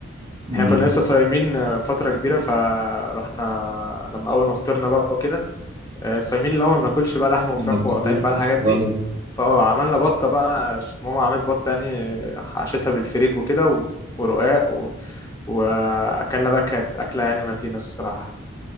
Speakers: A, on the right (about 30°); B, on the left (about 15°).
A: م-
B: احنا كنا لسه صايمين آه، فتره كبيره فرحنا لما اول ما فطرنا بقى وكده آه، صايمين اللي هو ما بناكلش بقى لحمه وفراخ
A: ما بتاكلوش
B: وقطعين بقى الحاجات
A: أيوة.
B: دي فاه عملنا بطه بقى ش- ماما عملت بطه يعني آه، حشتها بالفريك وكده و- ورقاق و... واكلنا بقى كانت اكله يعني متينه الصراحه